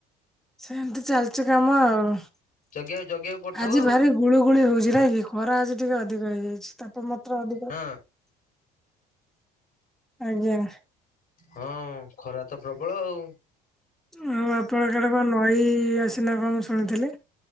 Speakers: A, in the centre; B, on the left.
A: ସେମିତି ଚାଲିଚ କାମ ଆଉ
B: ଜଗିବାକୁ ଜଗିବାକୁ ପଡୁଥିବ
A: ଆଜି
B: ଆଉ
A: ଭାରି ଗୁଳିୁ ଗୁଳି ହଉଛି ନ କି ଖରା ଆଜି ଅଧିକା ଅଧିକ ହେଇଯାଇଛି ତାପଣ ମାତ୍ର ଅଧିକ
B: ହଁ
A: ଆଜ୍ଞା।
B: ହଁ ଖରା ତ ପ୍ରବଳ ଆଉ
A: ଆଉ ଆପଣ କଡ ବା ନଈ ଆସିନା କଣ ମୁ ଶୁଣିଥିଲି।